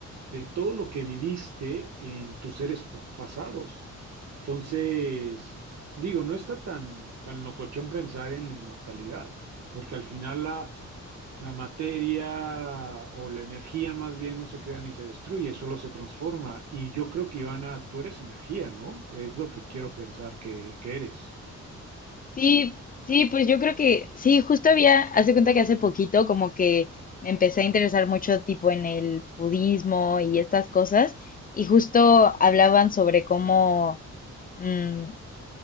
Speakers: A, on the right; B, on the left.
A: de todo lo que viviste en tus seres p- pasados. Entonces, digo, no está tan, tan locochón pensar en la inmortalidad, porque al final la, la materia o la energía más bien no se crea ni se destruye, solo se transforma. Y yo creo que, Ivana, tú eres energía, ¿no? Es lo que quiero pensar que, que eres.
B: Sí, sí, pues yo creo que sí, justo había, hace cuenta que hace poquito como que me empecé a interesar mucho tipo en el budismo y estas cosas, y justo hablaban sobre cómo, mm,